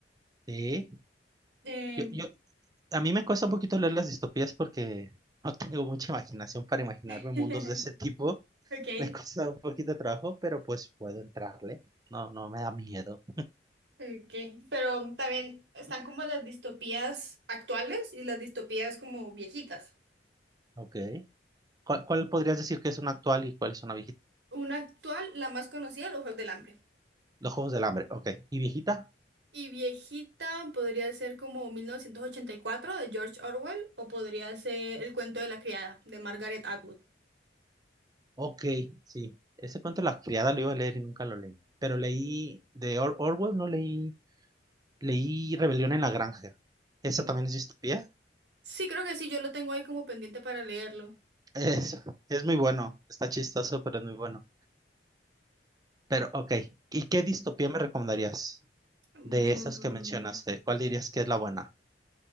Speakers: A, on the right; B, on the right.
A: Sí,
B: Eh,
A: yo, yo, a mí me cuesta un poquito leer las distopías porque no tengo mucha imaginación para imaginarme
B: <laughs>
A: mundos de ese tipo. <laughs>
B: ok,
A: Me cuesta un poquito de trabajo, pero pues puedo entrarle. No, no me da miedo.
B: ok. Pero también están como las distopías actuales y las distopías como viejitas.
A: Ok. ¿Cuál, cuál podrías decir que es una actual y cuál es una viejita?
B: Una actual, la más conocida, Los Juegos del Hambre.
A: Los Juegos del Hambre, ok. ¿Y viejita?
B: Y viejita podría ser como 1984 de George Orwell o podría ser El cuento de la criada de Margaret Atwood.
A: Ok, sí. Ese cuento La Criada lo iba a leer y nunca lo leí. Pero leí de Or- Orwell, no leí, leí Rebelión en la Granja. ¿Esa
B: Mm,
A: también es distopía? <laughs>
B: Sí, creo que sí, yo lo tengo ahí como pendiente para leerlo.
A: Es, es muy bueno, está chistoso, pero es muy bueno. Pero, ok, ¿y qué distopía me recomendarías
B: Mm,
A: de esas que mencionaste? ¿Cuál dirías que es la buena?